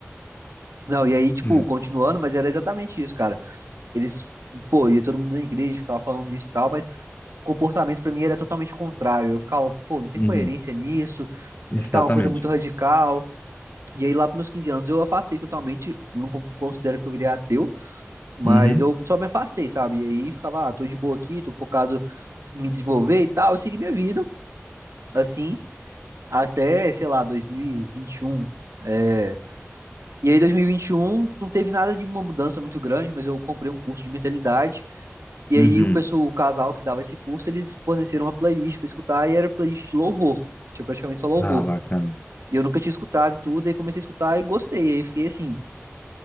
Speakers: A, on the right (about 80°); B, on the left (about 35°).
A: Não, e aí, tipo,
B: Hum,
A: continuando, mas era exatamente isso, cara. Eles, pô, ia todo mundo na igreja, ficava falando disso e tal, mas. comportamento pra mim era totalmente contrário. Eu ficava, pô, não tem
B: uhum,
A: coerência nisso,
B: exatamente.
A: é que tá uma coisa muito radical. E aí lá pros meus 15 anos eu afastei totalmente, não con- considero que eu virei ateu, mas
B: Uhum,
A: eu só me afastei, sabe? E aí ficava, ah, tô de boa aqui, tô focado em me desenvolver e tal, e segui minha vida, assim, até, sei lá, 2021. É... E aí 2021 não teve nada de uma mudança muito grande, mas eu comprei um curso de mentalidade E
B: uhum.
A: aí o pessoal, o casal que dava esse curso, eles forneceram uma playlist pra escutar e era playlist de louvor. Tinha praticamente só louvor.
B: Ah, bacana.
A: E eu nunca tinha escutado e tudo, aí comecei a escutar e gostei. Aí fiquei assim,